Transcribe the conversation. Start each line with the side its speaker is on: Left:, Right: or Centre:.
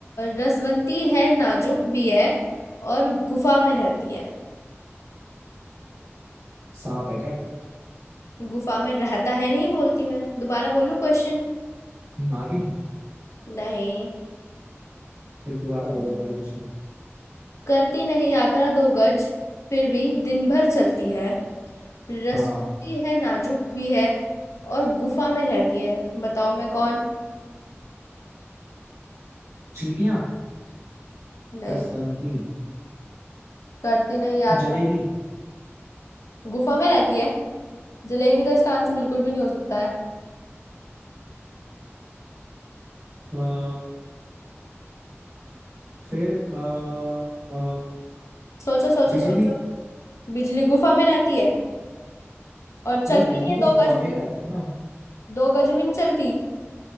Left: रसवंती है नाजुक भी है और गुफा में रहती है
Right: सांप है क्या
Left: गुफा में रहता है नहीं बोलती मैं दोबारा बोलूं क्वेश्चन
Right: नागिन
Left: नहीं
Right: फिर दोबारा बोलो बारी कुछ
Left: करती नहीं यात्रा दो गज फिर भी दिन भर चलती है रसवंती
Right: हाँ
Left: है नाजुक भी है और गुफा में रहती है बताओ मैं कौन
Right: चींटियां
Left: नहीं
Right: बसंती
Left: करती नहीं यात्रा
Right: जलेबी
Left: गुफा में रहती है जलेबी तो इसका आंसर बिल्कुल भी नहीं हो सकता है
Right: आ, फिर आ, आ,
Left: सोचो सोचो
Right: बिजली
Left: सोचो बिजली गुफा में रहती है और चलती
Right: अबे बिजली
Left: नहीं है
Right: तो
Left: दो
Right: गुफा
Left: गज
Right: में
Left: भी
Right: ही रहती है ना
Left: दो गज भी नहीं चलती